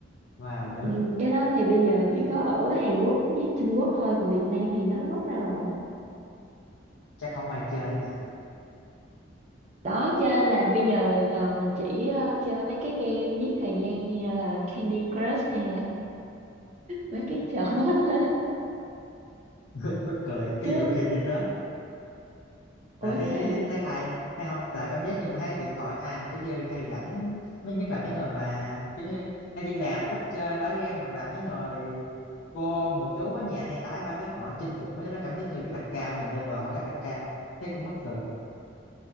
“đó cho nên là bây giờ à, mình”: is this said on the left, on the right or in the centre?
Right